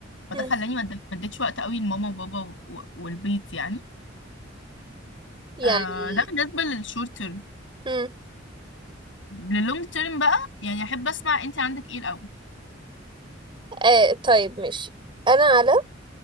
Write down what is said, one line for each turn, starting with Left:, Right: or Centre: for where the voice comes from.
Left: فده
Right: مم.
Left: خلاني ما اد- ما اديتش وقت قوي لماما وبابا و- والبيت يعني
Right: يعني
Left: آه ده بالنسبه للشورت تيرم
Right: مم.
Left: للونج تيرم بقى يعني احب اسمع انت عندك ايه الاول
Right: آه طيب مش انا على